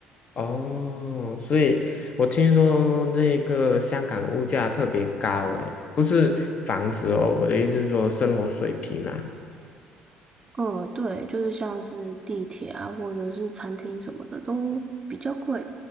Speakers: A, on the left; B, on the right.
A: 哦，所以我听说那个香港的物价特别高，诶，不是房子哦，我的意思是说生活水平啊。
B: 嗯，对，就是像是地铁啊，或者是餐厅什么的都比较贵，